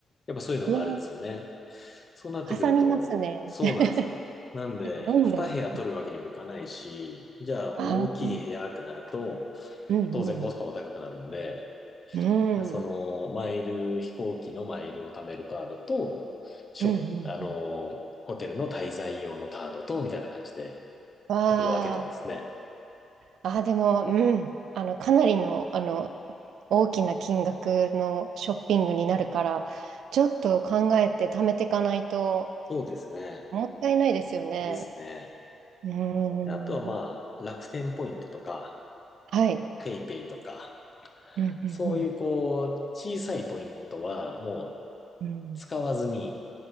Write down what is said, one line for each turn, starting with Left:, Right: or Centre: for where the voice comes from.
Left: やっぱそういうのがあるんですよね。
Right: うわ、
Left: そうなってくると、
Right: かさみますね。
Left: そうなんですよ。
Right: <laughs>
Left: なんで、
Right: ロンドン。
Left: 2部屋取るわけにもいかないし、じゃあ大きい部屋ってなると、
Right: あ、うんうん。
Left: 当然コストも高くなるんで、
Right: うん、
Left: じゃあその、
Right: うん
Left: マイル、飛行機のマイルを貯めるカードと、ショップ、
Right: うんうん。
Left: あの、ホテルの滞在用のカードと、みたいな感じで、
Right: わあ、
Left: ちょっと分けてますね。
Right: あ、でも、うん。あの、かなりの、あの、大きな金額のショッピングになるから、ちょっと考えて貯めていかないと、
Left: そうですね。
Right: もったいないですよね。
Left: ですね。
Right: うーん。
Left: あとはまあ、楽天ポイントとか、
Right: はい。
Left: ペイペイとか、
Right: うんうん
Left: そういうこう、小さいポイントはもう
Right: うん。うん。
Left: 使わずに、